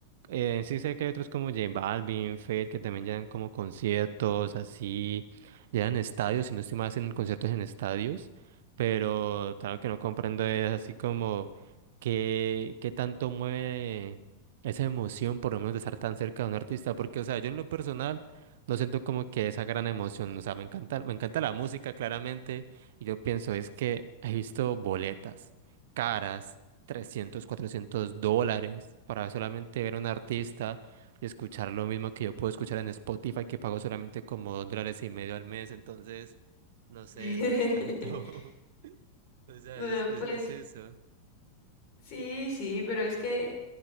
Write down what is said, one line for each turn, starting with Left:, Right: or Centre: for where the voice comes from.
Right: eh, sí sé que hay otros como J Balvin, Fate, que también llevan como conciertos, así, llevan estadios, si no estoy mal, hacen conciertos en estadios, pero claro que no comprendo es así como qué, qué tanto mueve esa emoción, por lo menos de estar tan cerca de un artista, porque, o sea, yo en lo personal no siento como que esa gran emoción, o sea, me encanta, me encanta la música, claramente, y yo pienso, es que he visto boletas caras 300 400 dólares para solamente ver a un artista y escuchar lo mismo que yo puedo escuchar en Spotify, que pago solamente como dos dólares y medio al mes. Entonces, no sé,
Left: <laughs>
Right: no es tanto. <laughs> O sea,
Left: Bueno,
Right: es, es-
Left: pues
Right: es eso.
Left: Sí, sí, pero es que,